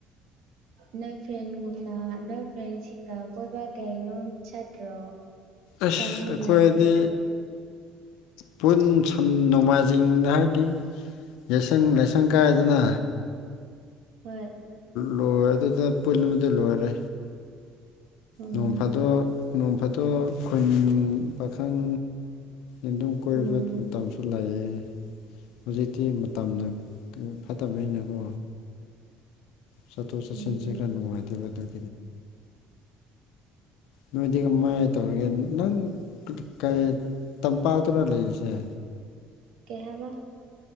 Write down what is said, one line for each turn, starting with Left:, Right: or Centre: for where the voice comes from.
Right: ꯅꯣꯏ ꯐ꯭ꯔꯦꯟꯒꯨꯝꯅ ꯅꯣꯏ ꯐ꯭ꯔꯦꯟꯁꯤꯡꯒ ꯀꯣꯏꯕ ꯀꯩꯅꯣꯝ ꯆꯠꯇ꯭ꯔꯣ
Left: ꯑꯁ
Right: ꯆꯥꯃꯤꯟꯅꯕꯒꯨꯝꯕ
Left: ꯑꯩꯈꯣꯏꯗꯤ ꯄꯨꯟ ꯁꯟ ꯅꯣꯡꯃꯥꯏꯖꯤꯡꯗ ꯍꯥꯏꯗꯤ ꯌꯦꯁꯪ ꯂꯥꯏꯁꯪ ꯀꯥꯏꯗꯅ
Right: ꯍꯣꯏ
Left: ꯂꯣꯏꯔꯦ ꯑꯗꯨꯗ ꯄꯨꯜꯕꯗꯨ ꯂꯣꯏꯔꯦ
Right: ꯎꯝ
Left: ꯅꯣꯡꯐꯥꯗꯣꯛ ꯅꯣꯡꯐꯥꯗꯣꯛ ꯈꯨꯟ ꯄꯥꯈꯪ ꯑꯗꯨꯝ ꯀꯣꯏꯕ
Right: ꯎꯝ
Left: ꯃꯇꯝꯁꯨ ꯂꯩꯌꯦ ꯍꯨꯖꯤꯛꯇꯤ ꯃꯇꯝꯅ ꯀ ꯐꯠꯇꯕꯅꯤꯅ ꯀꯣ ꯆꯠꯊꯣꯛ ꯆꯠꯁꯤꯟꯁꯦ
Right: ꯎꯝ
Left: ꯈꯔ ꯅꯨꯡꯉꯥꯏꯇꯦꯕ ꯑꯗꯨꯏ ꯅꯣꯏꯗꯤ ꯀꯃꯥꯏ ꯇꯧꯔꯤꯒꯦ ꯅꯪ ꯀꯩ ꯇꯝꯄꯥꯛꯇꯔ ꯂꯩꯔꯤꯁꯦ
Right: ꯀꯩ ꯍꯥꯏꯕ